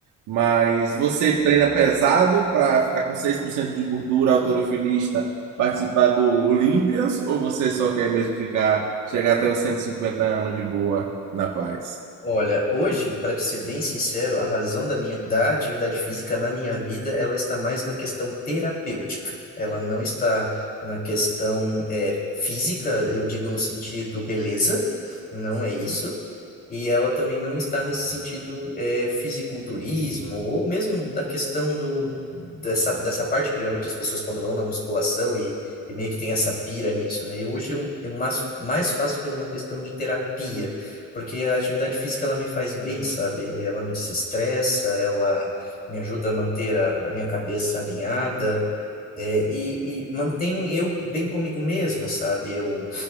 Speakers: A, on the right; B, on the left.
A: Mas você treina pesado para ficar com 6% de gordura, autorofilista, participar do Olympians, ou você só quer mesmo ficar, chegar até os 150 anos de boa, na paz?
B: Olha, hoje, para te ser bem sincero, a razão da minha da atividade física na minha vida, ela está mais na questão terapêutica. Ela não está na questão é, física, eu digo no sentido beleza, não
A: Sim.
B: é isso. E ela também não está nesse sentido é, fisiculturismo ou mesmo da questão do dessa dessa parte que geralmente as pessoas quando vão na musculação e, e meio que tem essa pira nisso, né? E hoje eu, eu mais, mais faço pela uma questão de terapia porque a atividade física ela me faz bem, sabe? Ela me desestressa, ela me ajuda a manter a, a minha cabeça alinhada. É, e, e mantém eu bem comigo mesmo, sabe? Eu,